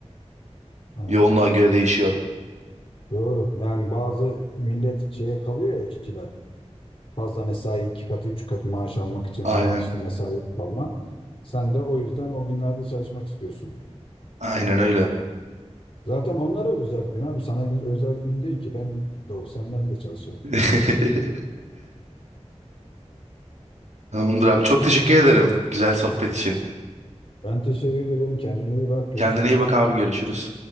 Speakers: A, on the left; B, on the right.
A: Ha,
B: Yoğunluğa göre değişiyor.
A: Doğru. Yani bazı millet şeye kalıyor ya işçiler. Fazla mesai iki katı üç katı maaş almak için
B: Aynen.
A: falan işte mesai kalma. Sen de o yüzden o günlerde çalışmak istiyorsun.
B: Aynen öyle.
A: Zaten onlara özel gün abi. Sana gün, özel gün değil ki. Ben de olsam ben de çalışırım.
B: <laughs> Tamamdır abi.
A: Yani
B: Çok
A: bak.
B: teşekkür ederim güzel sohbet için.
A: Ben teşekkür ederim. Kendine iyi bak. Görüşürüz.
B: Kendine iyi bak abi. Görüşürüz.